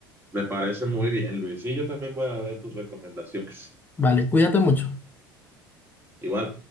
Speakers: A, on the right; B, on the left.
A: Me parece muy bien, Luis. Y yo también voy a ver tus recomendaciones.
B: Vale, cuídate mucho.
A: Igual.